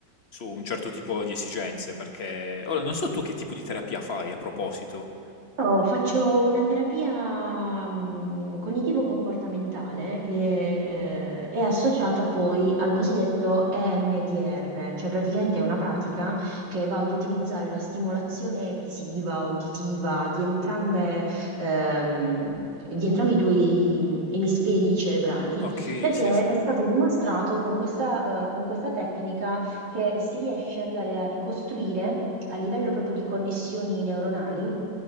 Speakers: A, on the left; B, on the right.
A: su un certo tipo di esigenze, perché... Ora, non so tu che tipo di terapia fai a proposito.
B: No, faccio una terapia mm, cognitivo-comportamentale che eh, è associata poi al cosiddetto EMDR, cioè praticamente è una pratica che va ad utilizzare la stimolazione visiva, uditiva di entrambe, ehm, di entrambi i due mm, emisferi cerebrali,
A: Okay,
B: perché
A: sì, sì.
B: è stato dimostrato con questa, eh, con questa tecnica che si riesce ad andare a ricostruire a livello proprio di connessioni neuronali